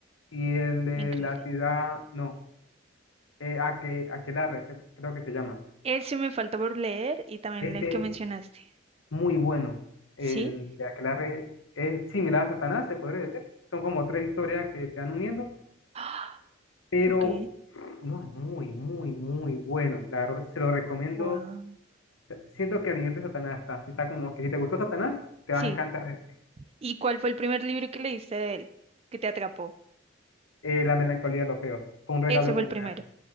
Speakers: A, on the left; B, on the right.
A: y el de
B: Increíble.
A: la ciudad, no, eh, Aque- Aquelarre, creo creo que se llama.
B: Ese me falta por leer y también
A: Ese
B: el que mencionaste.
A: es muy bueno.
B: ¿Sí?
A: El de Aquelarre es similar a Satanás, se podría decir. Son como tres historias que se van uniendo,
B: Ah,
A: pero
B: Ok.
A: no es muy, muy, muy bueno. La verdad, se lo recomiendo.
B: Wow.
A: Siento que a nivel de Satanás está. Si está como que si te gustó Satanás, te
B: Sí.
A: va a encantar este.
B: ¿Y cuál fue el primer libro que leíste de él que te atrapó?
A: Eh, La melancolía de los feos. Fue un regalo
B: Ese
A: de
B: fue
A: cumpleaños.
B: el primero.